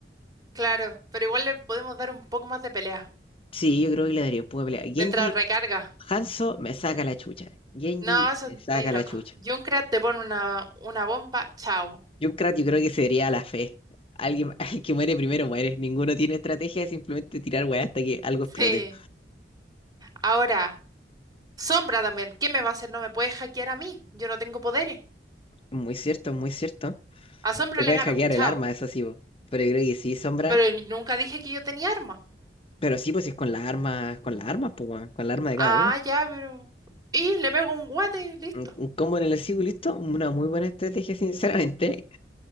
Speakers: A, on the right; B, on the left.
A: Claro, pero igual le podemos dar un poco más de pelea.
B: Sí, yo creo que le daría un poco de pelea. Genji,
A: Mientras recarga.
B: Hanzo me saca la chucha, Genji
A: No, eso
B: me
A: estáis
B: saca
A: locos.
B: la chucha.
A: Junkrat te pone una, una bomba, chao.
B: Junkrat yo creo que sería la fe. Alguien, <laughs> el que muere primero muere, ninguno tiene estrategia, es simplemente tirar weá hasta que algo
A: Sí.
B: explote.
A: Ahora. Sombra también. ¿Qué me va a hacer? No me puede hackear a mí. Yo no tengo poderes.
B: Muy cierto, muy cierto.
A: A Sombra
B: Te
A: le
B: puedes
A: gano.
B: hackear
A: Chao.
B: el arma, eso sí, po. Pero yo creo que sí, Sombra.
A: Pero ni- nunca dije que yo tenía arma.
B: Pero sí, pues si es con las armas, con las armas, pues, weón, con la arma de cada
A: Ah,
B: uno.
A: ya, pero... Y le pego un guate, listo.
B: Un, un combo en el escudo, listo. Una muy buena estrategia, <laughs> sinceramente.